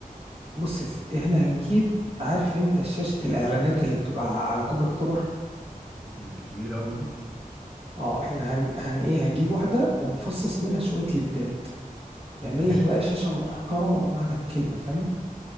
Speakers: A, on the right; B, in the centre.
A: بص يا ستي احنا هنجيب عارف انت شاشه الاعلانات اللي بتبقى على كوبري اكتوبر
B: الكبيرة أوي دي
A: اه احنا هن, هن ايه هنجيب واحدة ونفصص منها شوية ليدات نعمل
B: ماشي
A: لك بقى شاشة محترمة بمعنى الكلمة فاهم